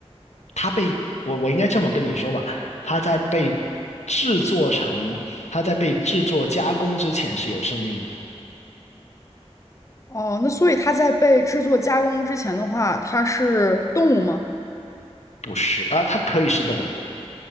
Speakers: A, on the left; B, on the left.
A: 它被我我应该这么跟你说吧，它在被制作成，它在被制作加工之前是有生命的，
B: 哦，那所以它在被制作加工之前的话，它是动物吗？
A: 不是啊，它可以是动物，